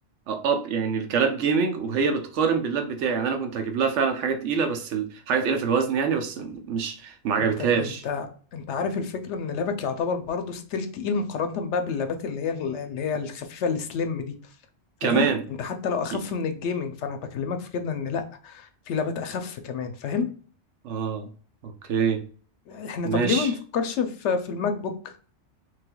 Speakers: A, on the right; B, on the left.
A: اب يعني الكلاب جيمنج وهي بتقارن باللاب بتاعي يعني انا كنت هجيب لها فعلا حاجه تقيله بس ال... حاجه تقيله في الوزن يعني بس مش ما عجبتهاش
B: انت انت انت عارف الفكره ان لبك يعتبر برضه ستيل تقيل مقارنه بقى باللبات اللي هي اللي هي الخفيفه السليم دي فاهم
A: كمان
B: انت حتى لو اخف
A: ي-
B: من الجيمنج فانا بكلمك في كده ان لا في لبات اخف كمان فاهم
A: اه اوكي
B: احنا
A: ماشي
B: طب ليه ما نفكرش في في الماك بوك